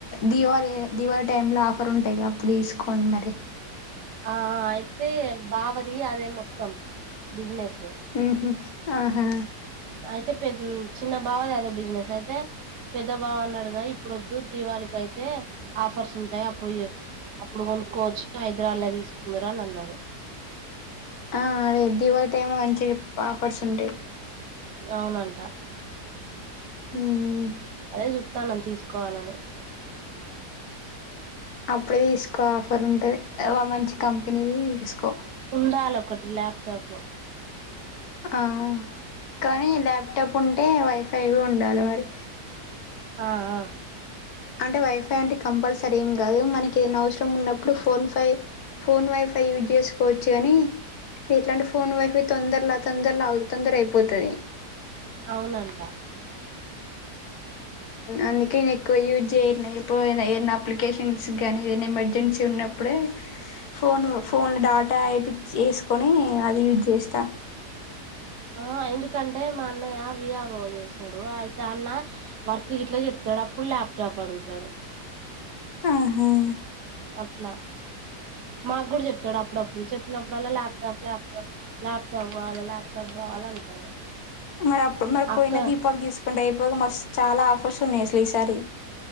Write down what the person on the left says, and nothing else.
దివాళి దివాళి టైం లో ఆఫర్ ఉంటాయి గా అప్పుడు తీసుకోండి మరి
ఉహ్మ ఆహా
ఆ అదే దీపాళి టైమ్ లో మంచి ఆఫర్స్ ఉంటాయి
హ్మ్
అప్పుడే తీసుకో ఆఫర్ ఉంటుంది మంచి కంపెనీది తీసుకో
ఆ కానీ ల్యాప్టాప్ ఉంటే వైఫైగా ఉండాలి మరి
అంటే వైఫై అంటే కంపల్సరీ ఏం కాదు మనకి ఏదైనా అవసరం ఉన్నప్పుడు ఫోన్ ఫై ఫోన్ వైఫై యూజ్ చేసుకోవచ్చు కాని ఎట్లాంటి ఫోన్ వైఫై తొందరలో తొందరలో తొందర అయిపోతుది
అందుకే నేను ఎక్కువ యూజ్ చేయ ఎప్పుడు ఏదైనా అప్లికేషన్స్ కానీ ఏదైనా ఎమర్జెన్సీ ఉన్నప్పుడే ఫోన్ ఫోన్లో డాటా వయి వేసుకొని అది యూజ్ చేస్త
ఉహ్మ్
మరి అప్పుడు మరి
పోయిన దీపాళి తీసుకుంటే అయిపోగా మస్ చాల ఆఫర్సు ఉన్నాయి అసలు ఈసారి